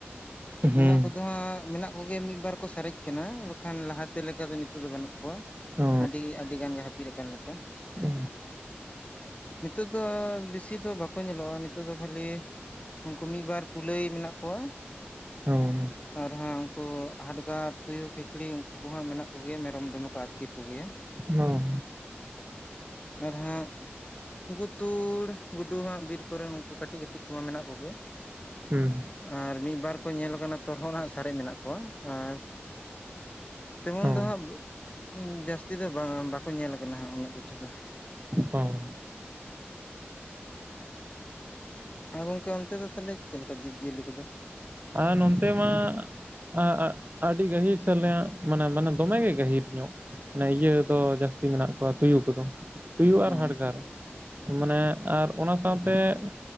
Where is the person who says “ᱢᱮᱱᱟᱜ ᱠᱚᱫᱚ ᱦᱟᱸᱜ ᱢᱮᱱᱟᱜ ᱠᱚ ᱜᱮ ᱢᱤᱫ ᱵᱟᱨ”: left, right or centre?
Left